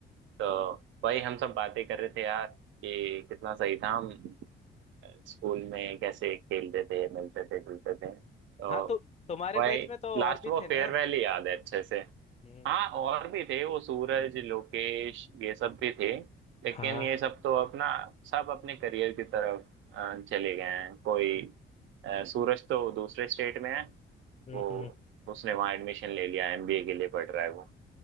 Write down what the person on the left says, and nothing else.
हाँ तो तुम्हारे
बैच में तो
और भी
थे ना
हम्म
हाँ
हम्म
हम्म।